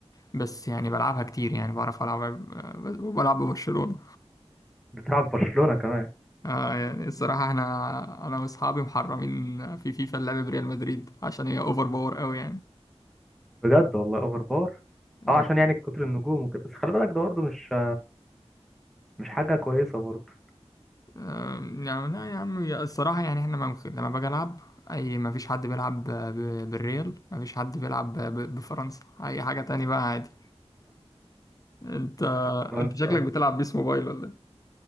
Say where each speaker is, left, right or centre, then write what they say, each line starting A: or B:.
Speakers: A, on the left; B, in the centre.
A: بس يعني بلعبها كتير يعني بعرف العب بلعب ببرشلونه
B: بتلعب في برشلونة كمان
A: آه يعني الصراحه احنا انا واصحابي محرمين في فيفا اللعب بريال مدريد عشان هي اوفر باور قوي
B: بجد والله اوفر باور
A: يعني
B: اه عشان يعني كتر النجوم وكده بس خلي بالك ده برضه مش مش حاجة كويسة برضه
A: أم، يعني لا يا عم يا- الصراحة يعني احنا ممكن لما باجي ألعب أي ما فيش حد بيلعب ب- بالريال ما فيش حد بيلعب ب- بفرنسا أي حاجة تاني بقى عادي أنت
B: فرنسا
A: أنت شكلك بتلعب بيس موبايل ولا